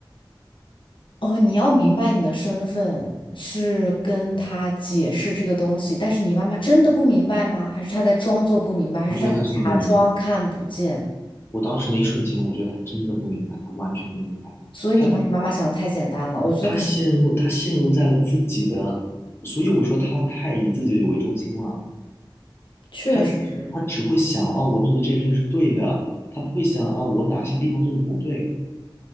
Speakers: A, on the left; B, on the left.
A: 哦，你要明白你的身份是跟他解释这个东西，但是你妈妈真的不明白吗？还是她在装作不明白，还是她在假装看不见？
B: 我觉得他真的不明白，我当时那一瞬间，我觉得他真的不明白，他完全不明白。
A: 所以你把你妈妈想的太简单了，
B: 他
A: 我觉得肯定
B: 他陷入，他陷入在了自己的，所以我说他太以自己为中心了。
A: 确实，
B: 他他只会想啊，我做的这件事情是对的，他不会想啊，我哪些地方做的不对。